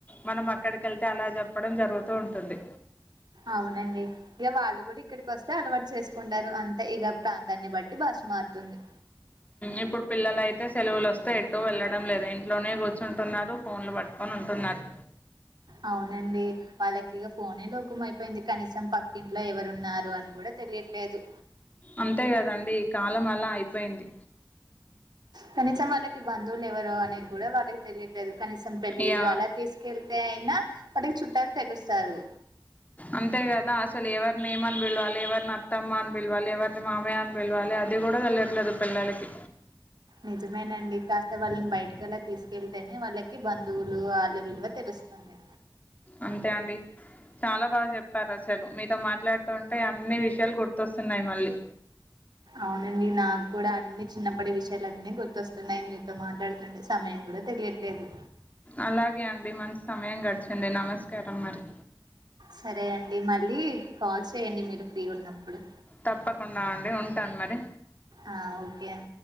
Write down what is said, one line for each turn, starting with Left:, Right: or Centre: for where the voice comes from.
Left: మనం అక్కడికి వెళ్తే అలా చెప్పడం జరుగుతూ ఉంటుంది
Right: అవునండి ఇగ వాళ్ళు కూడా ఇక్కడికి వస్తే అలవాటు చేసుకుంటారు అంతే ఇక ప్రాంతాన్ని బట్టి భాష మారుతుంది
Left: ఇప్పుడు పిల్లలయితే సెలవులు వస్తే ఎటు వెళ్ళడం లేదు ఇంట్లోనే కూర్చుంటున్నారు ఫోన్లు పట్టుకొంటున్నరు
Right: అవునండి వాళ్ళకి ఇక ఫోనే లోకమైపోయింది కనీసం పక్కింట్లో ఎవరున్నారు అని కూడా తెలియట్లేదు
Left: అంతే కదండి ఈ కాలం అలా అయిపోయింది
Right: కనీసం వాళ్ళకి బంధువులు ఎవరు అనేది కూడా వాళ్ళకి తెలియట్లేదు కనీసం పెళ్ళిళ్ళు
Left: యా
Right: అలా తీసుకెళ్తే అయినా వాటికి చుట్టాలు తెలుస్తారు
Left: అంతే కదా అసలు ఎవరిని ఏమని పిలవాలి ఎవరిని అత్తమ్మ అని పిలవాలి ఎవరిని మామయ్య అని పిలవాలి అది కూడా తెలియట్లేదు పిల్లలకి
Right: నిజమేనండి కాస్త వాళ్ళని బయటకలా తీసుకెళ్తేనే వాళ్ళ బంధువులు విలువ తెలుస్తుంది
Left: అంతే అండి చాలా బాగా చెప్ ప్పారు అసలు మీతో మాట్లాడుతుంటే అన్ని విషయాలు గుర్తొస్తున్నాయి మళ్ళీ
Right: అవునండి నాకు కూడా అన్ని చిన్నప్పటి విషయాలన్నీ గుర్తొస్తున్నాయి మీతో మాట్లాడుతుంటే సమయం కూడా తెలిట్లేదు
Left: అలాగే అండి మంచి సమయం గడిచింది నమస్కారం మరి
Right: సరే అండి మళ్ళీ కాల్ చేయండి మీరు ఫ్రీ ఉన్నప్పుడు
Left: తప్పకుండా అండి ఉంటాను మరి
Right: ఆ, ఓకే అండి